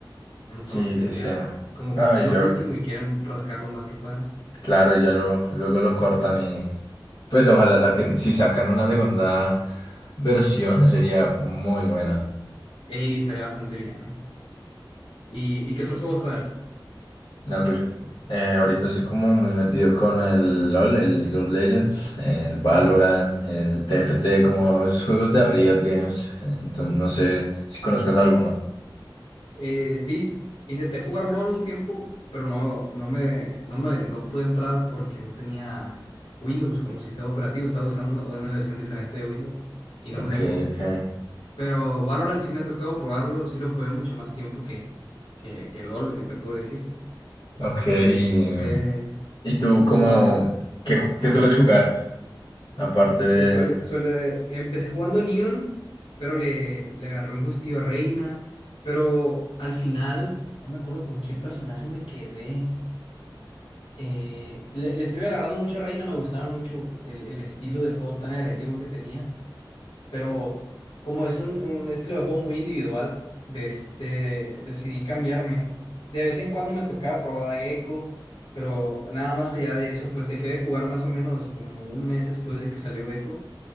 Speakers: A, on the left (about 90°); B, on the left (about 70°).
A: Entonces
B: Sí, sí, sí.
A: ya como
B: No,
A: que está en
B: y luego,
A: lo último y quieren rascar lo más que puedan.
B: Claro, y ya lo, luego lo cortan y pues ojalá saquen, si sacan una segunda versión sería muy buena.
A: Ey, estaría bastante bien, ¿eh? ¿Y, y qué otros juegos juegas?
B: No, pues eh, ahorita estoy como muy metido con el LOL, el League of Legends, el Valorant,
A: Ajá.
B: el TFT, como esos juegos de Riot Games. Entonces no sé si conozcas alguno.
A: Eh, sí, intenté jugar LOL un tiempo, pero no, no me, no me, no pude entrar porque no tenía Windows como sistema operativo. Estaba usando una, una versión diferente de Windows y no
B: Ok,
A: me dejó.
B: ok.
A: Pero Valorant sí me ha tocado probarlo. Sí lo jugué mucho más tiempo que, que, que LOL, eh, te puedo decir.
B: Ok,
A: Desde
B: y, y tú
A: jugaba.
B: como, ¿qué, ju-
A: Ajá.
B: qué sueles jugar? Aparte
A: Suele-
B: de...
A: suele- suele- empecé jugando Neon, pero le, le agarré un gustillo a Reina. Pero al final, no me acuerdo con qué personaje me quedé. Eh, le, le estoy agarrando mucho a Reina, me gustaba mucho el, el estilo de juego tan agresivo que tenía. Pero como es un, un estilo de juego muy individual, de este, decidí cambiarme. De vez en cuando me tocaba probar a Gecko, pero nada más allá de eso, pues dejé de jugar más o menos como un mes después de que salió Gecko